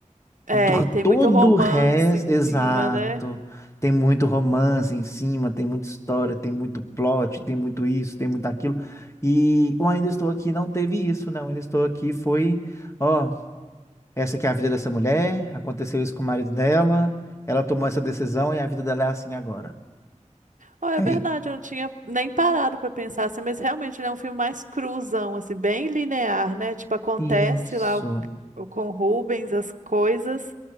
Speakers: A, on the right; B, on the left.
A: É,
B: do-
A: e tem
B: Todo
A: muito romance
B: o resto,
A: em
B: exato.
A: cima, né?
B: Tem muito romance em cima, tem muita história, tem muito plot, tem muito isso, tem muito aquilo. E o Ainda Estou Aqui não teve isso, né? O Ainda Estou Aqui foi, ó, essa aqui é a vida dessa mulher, aconteceu isso com o marido dela, ela tomou essa decisão e a vida dela é assim agora.
A: Oh, é
B: É
A: verdade,
B: i-
A: eu não tinha nem parado pra pensar assim, mas realmente ele é um filme mais cruzão, assim, bem linear, né? Tipo, acontece
B: isso.
A: lá o- o- com o Rubens as coisas